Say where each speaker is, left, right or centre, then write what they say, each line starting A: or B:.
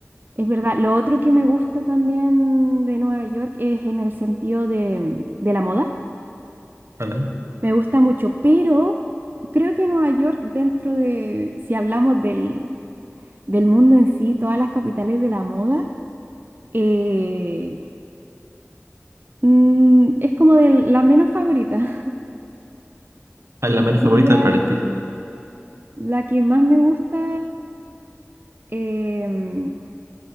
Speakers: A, on the right; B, on the right.
A: es verdad. Lo otro que me gusta también de Nueva York es en el sentido de, mm, de la moda.
B: Ándale.
A: Me gusta mucho, pero creo que Nueva York, dentro de, si hablamos del, del mundo en sí, todas las capitales de la moda, eh, mm, es como de la menos favorita. <laughs>
B: ¿A la menos
A: Diría
B: favorita para ti?
A: la que más me gusta, em,